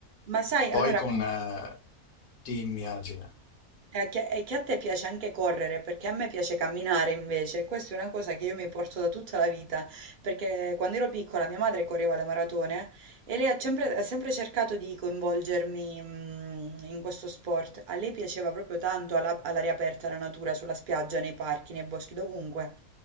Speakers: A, on the right; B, on the left.
A: Ma sai,
B: poi
A: allora
B: con
A: a me
B: eh, Team Asia.
A: E che, e che a te piace anche correre, perché a me piace camminare invece. Questa è una cosa che io mi porto da tutta la vita, perché quando ero piccola mia madre correva le maratone e lei ha sempre, ha sempre cercato di coinvolgermi mm, in questo sport. A lei piaceva proprio tanto alla- all'aria aperta, la natura, sulla spiaggia, nei parchi, nei boschi, dovunque.